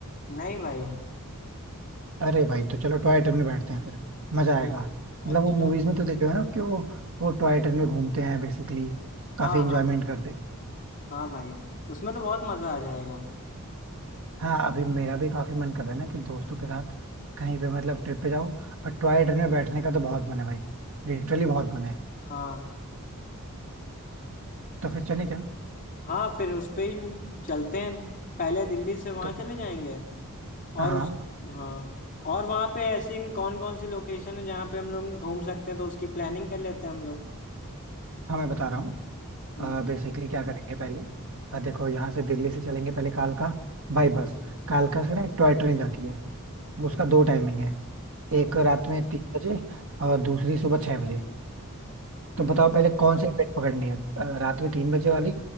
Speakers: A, on the left; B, on the right.
A: नहीं भाई
B: अरे भाई तो चलो टॉय ट्रेन में बैठते हैं फिर मजा
A: ठीक
B: आएगा मतलब
A: अच्छा
B: वो मूवीज में तो देखे हो ना कि वो वो टॉय ट्रेन में घूमते हैं बेसिकली काफी
A: हाँ
B: इंजॉयमेंट
A: हाँ
B: करते हैं
A: हाँ भाई उसमें तो बहुत मज़ा आ जाएगा
B: हाँ अभी मेरा भी काफी मन कर रहा है ना कि दोस्तों के साथ कहीं पे मतलब ट्रिप पे जाओ और टॉय ट्रेन में बैठने का तो बहुत मन है भाई लिटरली
A: अ-
B: बहुत मन है
A: हाँ
B: तो फिर चलें क्या
A: हाँ फिर उस पे ही चलते हैं पहले दिल्ली से वहाँ
B: तो
A: चले जाएंगे और
B: हाँ हाँ
A: उस हाँ और वहाँ पे ऐसी कौन कौन सी लोकेशन है जहाँ पे हम लोग घूम सकते हैं तो उसकी प्लानिंग कर लेते हैं हम लोग
B: हाँ मैं बता रहा हूँ
A: हम्म
B: बेसिकली क्या करेंगे पहले अ, देखो यहाँ से दिल्ली से चलेंगे पहले कालका बाई बस कालका से ना एक टॉय ट्रेन जाती है उसका
A: अच्छा
B: दो टाइमिंग है
A: हाँ
B: एक रात में तीन बजे और दूसरी सुबह छह बजे
A: हम्म
B: तो बताओ पहले कौन सी ट्रेन पकड़नी है अ, रात में तीन बजे वाली